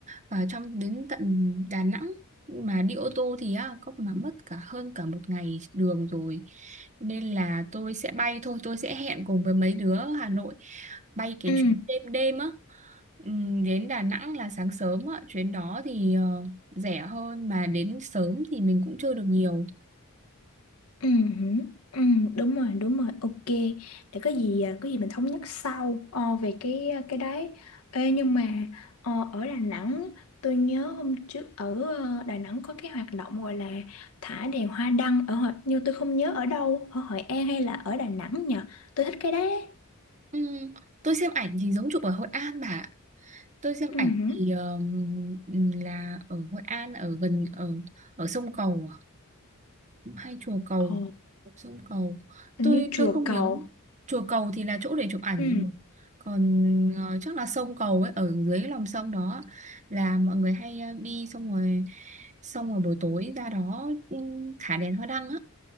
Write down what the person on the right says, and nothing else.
vào trong đến tận Đà Nẵng mà đi ô tô thì á, có mà mất cả hơn cả một ngày đường rồi nên là tôi sẽ bay thôi tôi sẽ hẹn cùng với mấy đứa ở Hà Nội bay cái
chuyến đêm đêm á Ừm, đến Đà Nẵng là sáng sớm á chuyến đó thì ờ, rẻ hơn mà đến sớm thì mình cũng chơi được nhiều
Ừm, tôi xem ảnh thì giống chụp ở Hội An bà ạ. tôi xem
ảnh
thì ờm, là ở Hội An ở gần ở ở sông Cầu à? hay chùa Cầu
sông Cầu
tôi
tôi không
nhớ chùa Cầu thì là chỗ để chụp ảnh
rồi còn ờ, chắc là sông Cầu ấy ở dưới lòng sông đó là mọi người hay ờ, đi xong rồi xong rồi buổi tối ra đó ừ, thả đèn hoa đăng á